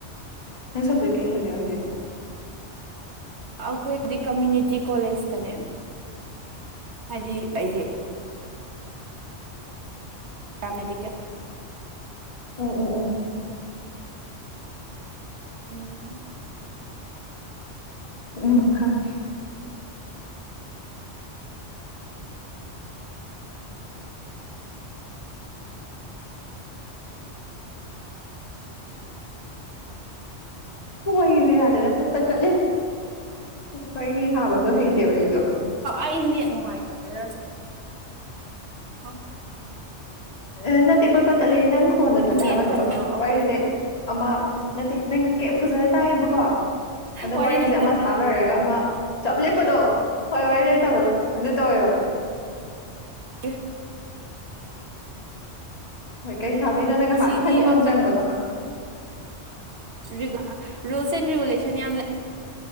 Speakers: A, on the left (about 35°); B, on the right (about 70°).
A: ꯅꯪ ꯁꯕꯖꯦꯛ ꯀꯩ ꯁꯕꯖꯦꯛ ꯑꯣꯏꯗꯣꯏꯅꯣ
B: ꯑꯩꯈꯣꯏꯒꯤꯗꯤ ꯀꯝꯃ꯭ꯌꯨꯅꯤꯇꯤ ꯀꯣꯂꯦꯖꯇꯅꯦ ꯍꯥꯏꯗꯤ ꯑꯩꯗꯤ ꯑꯃꯥ ꯑꯃꯦꯔꯤꯀꯥ
A: ꯎꯝ ꯎꯝ ꯎꯝ
B: ꯎꯝ
A: ꯎꯝ ꯈꯪ ꯋꯥꯁꯦ ꯌꯥꯔꯦꯗꯠꯄ ꯇꯠꯂꯦ ꯋꯥꯔꯤ ꯁꯥꯕꯁꯨ ꯍꯩꯇꯦ ꯋꯥꯔꯤꯗꯣ
B: ꯑꯩꯅꯦ ꯅꯨꯡꯉꯥꯏꯇꯕꯔ ꯝ
A: ꯑꯦ ꯅꯠꯇꯦ ꯄꯜꯄ ꯇꯠꯂꯤꯅꯤ ꯅꯪ ꯈꯣꯟꯗ ꯇꯠꯂꯦ
B: ꯅꯦꯠꯇꯣ
A: ꯍꯥꯏꯕꯠꯇꯕ
B: ꯀꯩꯅꯣ ꯑꯩꯈꯣꯏ
A: ꯋꯥꯔꯤꯁꯦ ꯑꯃ ꯅꯠꯇꯦ ꯅꯪ ꯐꯖꯅ ꯇꯥꯏꯌꯦꯕꯀꯣ ꯑꯗꯣ
B: ꯋꯥꯔꯤ
A: ꯋꯥꯔꯤꯁꯦ
B: ꯂꯩꯇꯕꯒꯤ
A: ꯑꯃ ꯁꯥ ꯂꯣꯏꯔꯒ ꯑꯃ ꯆꯞ ꯂꯦꯞꯄꯗꯣ ꯍꯣꯏ ꯍꯣꯏ ꯂꯩꯇꯕꯗꯣ ꯑꯗꯨ ꯇꯧꯋꯦꯕ
B: ꯍ
A: ꯍꯣꯏ ꯀꯩ ꯁꯥꯗꯣꯏꯅꯣ ꯅꯪ ꯉꯥꯏꯍꯥꯛ
B: ꯁꯤꯗꯤ
A: ꯈꯟꯕ ꯑꯃ ꯆꯪꯕꯗꯣ
B: ꯔꯤ ꯔꯨꯜꯁ ꯑꯦꯟ ꯔꯤꯒꯨꯂꯦꯁꯟ ꯌꯥꯝ ꯂꯩ